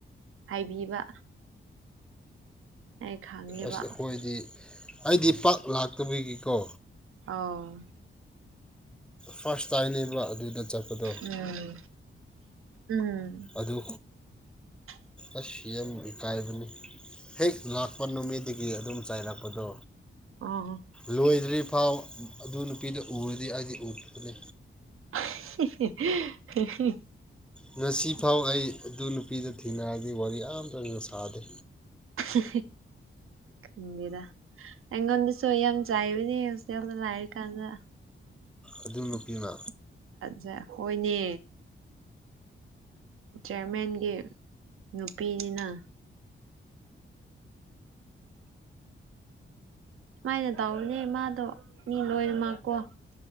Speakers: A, on the right; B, in the centre.
A: ꯍꯥꯏꯕꯤꯕ ꯑꯩ ꯈꯪꯉꯦꯕ
B: ꯑꯁ ꯈꯣꯏꯗꯤ ꯑꯩꯗꯤ ꯄꯥꯛ ꯂꯥꯛꯇꯕꯒꯤꯀꯣ
A: ꯑꯧ
B: ꯐꯥꯔꯁ ꯇꯥꯏꯝꯅꯦꯕ ꯑꯗꯨꯗ ꯆꯠꯄꯗꯣ
A: ꯎꯝ ꯎꯝ
B: ꯑꯗꯨ
A: <inaudible>
B: ꯑꯁ ꯌꯥꯝ ꯏꯀꯥꯏꯕꯅꯤ ꯍꯦꯛ ꯂꯥꯛꯄ ꯅꯨꯃꯤꯠꯗꯒꯤ ꯑꯗꯨꯝ ꯆꯩꯏꯔꯛꯄꯗꯣ
A: ꯑꯣ
B: ꯂꯣꯏꯗ꯭ꯔꯤ ꯐꯥꯎ ꯑꯗꯨ ꯅꯨꯄꯤꯗꯨ ꯎꯔꯗꯤ ꯑꯩꯗꯤ ꯎꯕꯅꯤ
A: ꯑ ꯍꯤ ꯍꯤ ꯍꯤ ꯍꯤ
B: ꯉꯁꯤ ꯐꯥꯎ ꯑꯩ ꯑꯗꯨ ꯅꯨꯄꯤꯗꯣ ꯊꯦꯡꯅꯔꯗꯤ ꯋꯥꯔꯤ ꯑꯝꯇꯒ ꯁꯥꯗꯦ
A: ꯍꯤ ꯈꯤꯗꯦꯗ ꯑꯩꯉꯣꯟꯗꯁꯨ ꯌꯥꯝ ꯆꯥꯏꯕꯅꯦ ꯍꯣꯁꯇꯦꯟꯗ ꯂꯥꯢꯔꯤꯀꯥꯟꯗ
B: ꯑꯗꯨ ꯅꯨꯄꯤꯅ
A: ꯖꯥꯠ ꯍꯣꯏꯅꯦ ꯆꯤꯌꯥꯔꯃꯦꯟꯒꯤ ꯅꯨꯄꯤꯅꯤꯅ ꯁꯨꯃꯥꯏꯅ ꯇꯧꯕꯅꯦ ꯃꯥꯗꯣ ꯃꯤ ꯂꯣꯏꯅꯃꯛꯀꯣ